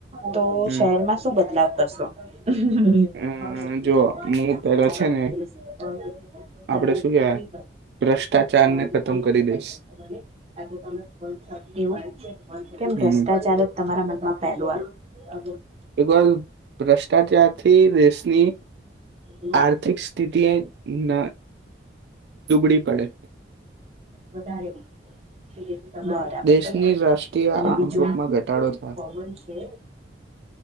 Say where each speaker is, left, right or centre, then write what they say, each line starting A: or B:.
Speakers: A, on the right (about 35°); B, on the right (about 65°).
A: તો
B: હમ
A: શહેરમાં શું બદલાવ કેરસો હમ
B: અમ
A: <inaudible>
B: જો હું પેલા
A: <inaudible>
B: છે ને
A: કેમ
B: આપડે શું
A: ભ્રષ્ટાચાર
B: કેવાય ભ્રષ્ટાચારને
A: જ
B: ખતમ કરી
A: તમારા
B: દઈશ
A: મન હ પહેલું‌
B: હમ
A: વાલુ અ
B: એકવાર ભ્રષ્ટાચારથી દેશની
A: <inaudible>
B: આર્થિક સ્થિતિ એ ન દુબડી પડે
A: વધારે મળશે બરાબર
B: દેશની
A: બરાબર
B: રાષ્ટ્રીય
A: અને
B: આવકમાં
A: બીજું
B: ઘટાડો થાય
A: કોમન છે